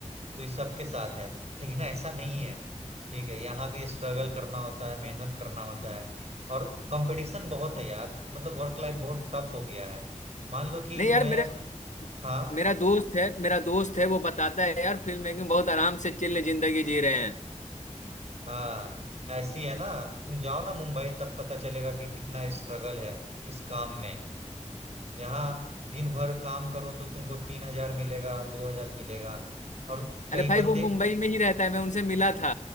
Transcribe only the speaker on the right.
तो ये सबके साथ है लेकिन ऐसा नहीं है ठीक है यहाँ भी स्ट्रगल करना होता है मेहनत करना होता है और कंपटीशन बहुत है यार मतलब वर्क लाइफ बहुत टफ हो गया है मान लो कि
मैं
अगर हाँ
हाँ ऐसी है ना तुम जाओ ना मुंबई तब पता चलेगा कि कितना स्ट्रगल है इस काम में यहाँ दिन भर काम करो तो तुमको तीन हजार मिलेगा दो हजार मिलेगा और कई
बंदे